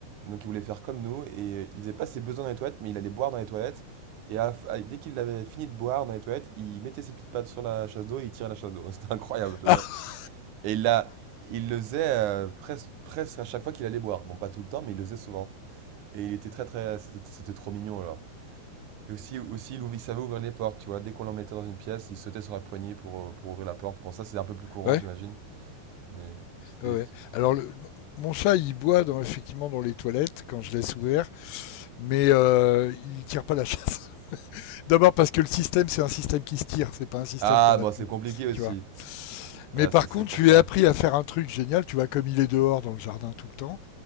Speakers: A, on the right; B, on the left.
A: donc il voulait faire comme nous et euh, il faisait pas ses besoins dans les toilettes, mais il allait boire dans les toilettes. Et à la f- à- dès qu'il avait fini de boire dans les toilettes, il mettait ses petites pattes sur la chasse d'eau et il tirait la chasse d'eau. <laughs> C'était incroyable, je te
B: Ah
A: jure.
B: <laughs>
A: Et là, il le faisait euh, pres- presque à chaque fois qu'il allait boire. Bon, pas tout le temps, mais il le faisait souvent. Et il était très très. C'était c'était trop mignon alors. Et aussi, aussi il, ouv- il savait ouvrir les portes, tu vois. Dès qu'on l'emmettait dans une pièce, il sautait sur la poignée pour, euh, pour ouvrir la porte. Bon, ça c'est un peu plus courant,
B: ouais,
A: j'imagine. Mais c'était
B: ouais. ouais.
A: les petits.
B: Alors,
A: Ah,
B: le- mon chat, il boit dans, effectivement dans les toilettes quand je laisse ouvert, mais euh, il tire pas la chasse. D'abord parce que le système, c'est un système qui se tire, c'est pas
A: <laughs>
B: un système
A: Ah,
B: qu'on appuie,
A: bon, c'est compliqué aussi.
B: tu vois. Mais
A: Ah,
B: par
A: c'est c'est
B: contre,
A: pour
B: je
A: ça.
B: lui ai appris à faire un truc génial, tu vois, comme il est dehors dans le jardin tout le temps,